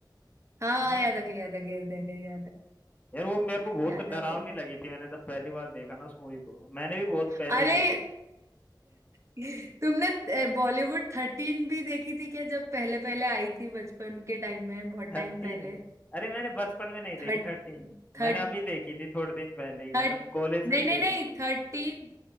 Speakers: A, on the right (about 40°); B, on the left (about 20°).
A: हाँ
B: है ना
A: याद आ गई याद आ गई याद आ गई याद आ
B: यार वो मेरे को बहुत
A: याद
B: डरावनी
A: आ गई
B: लगी थी मैंने जब पहली बार देखा ना उस मूवी को मैंने भी बहुत पहले
A: अरे <laughs> तुमने बॉलीवुड थर्टीन भी देखी थी क्या जब पहले पहले आई थी बचपन के टाइम में बहुत
B: थर्टीन
A: टाइम पहले
B: है अरे मैंने बचपन में नहीं देखी
A: थर्ट
B: थर्टीन
A: थर्ट
B: मैंने अभी देखी थी थोड़े दिन पहले ही मतलब
A: थर्ट
B: कॉलेज
A: नहीं
B: में ही
A: नहीं
B: देखी
A: नहीं
B: थी
A: थर्टीन